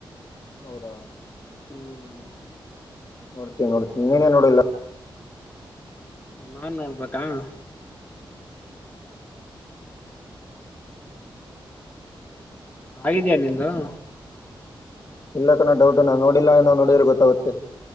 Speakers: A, on the left; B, on the left.
A: ಹೌದಾ. <inaudible>
B: ಹ್ಮ್. <inaudible>
A: ನೋಡ್ತಿನಿ, ನೋಡ್ತಿನಿ, ನೀನೇ ನೋಡಿಲ್ಲ. <inaudible>
B: ನಾನು, ನೋಡ್ಬೇಕಾ? <inaudible> ಹೇಗಿದ್ದೀಯಾ, ನಿಂದು. <inaudible>
A: ಇಲ್ಲ, ಕಣ ಡೌಟ್! ನಾನು, ನೋಡಿಲ್ಲಾ ಅಂದ ನೋಡಿದ್ರೆ ಗೊತ್ತಾಗತ್ತೆ? <inaudible>